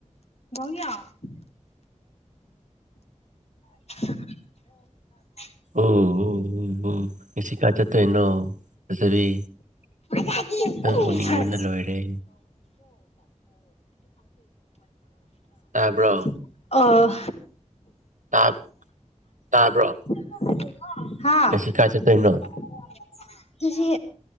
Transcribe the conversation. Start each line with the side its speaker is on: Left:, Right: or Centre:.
Left: <inaudible> <unintelligible>
Right: ꯑꯣ ꯑꯣ ꯎ ꯎ ꯉꯁꯤ ꯀꯥꯏ ꯆꯠꯇꫭꯏꯅꯣ ꯐꯖꯕꯤ꯫
Left: <inaudible> ꯍꫭ
Right: ꯅꯪ ꯎꯅꯤꯡꯕꯅ ꯂꯣꯏꯔꯦ ꯇꯥꯕ꯭ꯔꯣ
Left: <inaudible> ꯑ꯫
Right: ꯥ ꯇꯥꯞ ꯇꯥꯕ꯭ꯔꯣ꯫
Left: <inaudible> ꯍꯥꯥ
Right: ꯉꯁꯤ ꯀꯥꯏ ꯆꯠꯇꯣꯏꯅꯣ
Left: <inaudible> ꯇꯨꯁꯤ